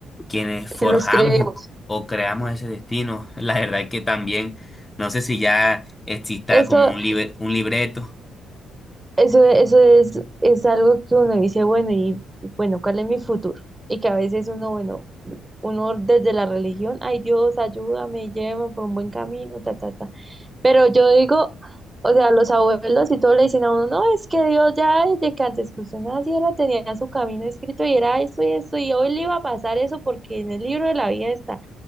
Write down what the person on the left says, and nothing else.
quienes forjamos
o, o creamos ese destino. <laughs> La verdad es que también, no sé si ya exista
como un, libre un libreto